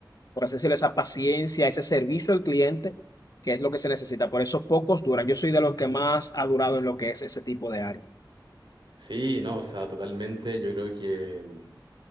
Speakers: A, on the left; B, on the right.
A: por así decirlo, esa paciencia, ese servicio al cliente, que es lo que se necesita. Por eso pocos duran. Yo soy de los que más ha durado en lo que es ese tipo de área.
B: Sí, no, o sea, totalmente. Yo creo que, mm,